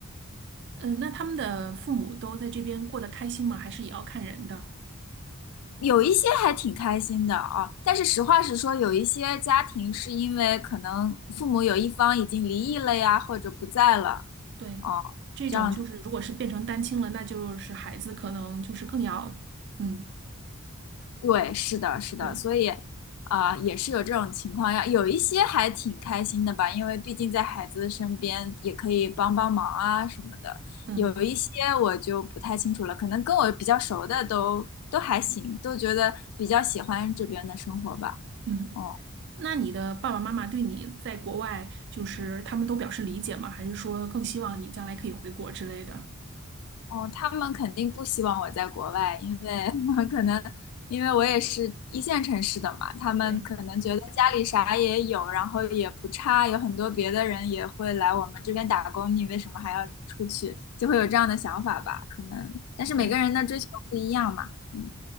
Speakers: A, on the right (about 50°); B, on the left (about 85°).
A: 嗯、那他们的父母都在这边过得开心吗？还是也要看人的？
B: 有一些还挺开心的啊，但是实话实说，有一些家庭是因为可能父母有一方已经离异了呀，或者不在了
A: 对，
B: 哦，
A: 这种就是如果是变成单亲了，
B: 这样
A: 那就是孩子可能就是更要，嗯，
B: 对，是的，是的，
A: 对，
B: 所以啊，也是有这种情况呀。有一些还挺开心的吧，因为毕竟在孩子身边也可以帮帮忙啊什么的。
A: 嗯
B: 有一些我就不太清楚了，可能跟我比较熟的都都还行，都觉得比较喜欢这边的生活吧。
A: 嗯。
B: 哦。
A: 那你的爸爸妈妈对你在国外，就是他们都表示理解吗？还是说更希望你将来可以回国之类的？
B: 哦，他们肯定不希望我在国外，因为 <laughs> 可能因为我也是一线城市的嘛，他们可能觉得家里啥也有，
A: 对，
B: 然后也不差，有很多别的人也会来我们这边打工，你为什么还要出去？就会有这样的想法吧，可能。但是每个人的追求不一样嘛，
A: 对
B: 嗯，